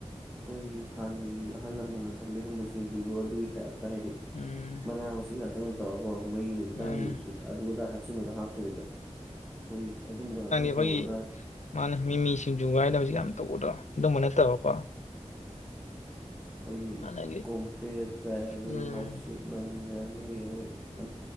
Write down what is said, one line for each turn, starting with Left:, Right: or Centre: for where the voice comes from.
Centre: ꯑꯈꯣꯏꯒꯤ ꯍꯥꯟꯅꯒꯤ ꯑꯍꯜ ꯂꯃꯟꯅ ꯊꯝꯕꯤꯔꯝꯕ ꯁꯤꯡꯖꯨꯗꯣ ꯑꯗꯨꯒꯤ ꯇꯥꯏꯞ ꯍꯥꯏꯗꯤ
Left: ꯎꯝ
Centre: ꯃꯅꯥ ꯃꯁꯤꯡ ꯉꯥꯛꯇꯪ ꯇꯧꯔꯒꯀꯣ ꯃꯩ ꯍꯧꯖꯤꯛꯀꯥꯟꯒꯤ
Left: ꯃꯥꯅꯦ
Centre: ꯑꯗꯨ ꯑꯗ ꯍꯥꯞꯆꯤꯟꯕꯗꯣ ꯍꯥꯞꯇꯕꯤꯗ ꯑꯈꯣꯏ ꯑꯗꯨꯝꯕ ꯉꯥꯛꯇꯪ
Left: ꯑꯈꯣꯏꯒꯤ
Centre: ꯇꯧꯔꯒ
Left: ꯃꯥꯅꯦ ꯃꯤꯃꯤ ꯁꯤꯡꯖꯨꯒ ꯍꯥꯏꯅ ꯍꯧꯖꯤꯛ ꯌꯥꯝ ꯇꯧꯕꯗ ꯑꯗꯨꯝꯕ ꯅꯠꯇꯕꯀꯣ
Centre: ꯑꯈꯣꯏꯒꯤ
Left: ꯍꯥꯟꯅꯒꯤ
Centre: ꯀꯣꯝꯄ꯭ꯔꯦꯠ ꯀ ꯑꯗꯒꯤ
Left: ꯎꯝ
Centre: ꯅꯥꯎꯁꯦꯛ <unintelligible> <unintelligible> <unintelligible> <inaudible>